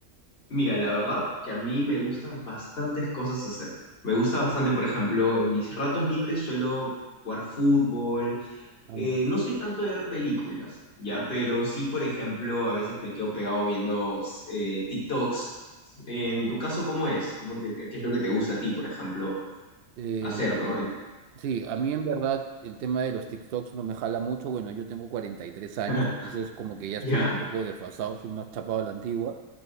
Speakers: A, on the left (about 40°); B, on the right (about 80°).
A: Mira, la verdad que a mí me gustan bastantes cosas hacer. Me gusta bastante, por ejemplo, en mis ratos libres suelo jugar fútbol.
B: Ah,
A: Eh,
B: mira.
A: no soy tanto de ver películas, ¿ya?
B: ya.
A: Pero sí, por ejemplo, a veces me quedo pegado viendo eh, TikToks. En
B: Ah,
A: tu caso, ¿cómo es? ¿Cómo te- qué es lo que te gusta a ti, por ejemplo,
B: mira.
A: hacer, ¿no?
B: Sí, a mí en verdad el tema de los TikToks no me jala mucho. Bueno, yo tengo 43 años,
A: <laughs>
B: entonces como que ya estoy
A: ¿Ya?
B: un poco desfasado, soy más chapado a la antigua.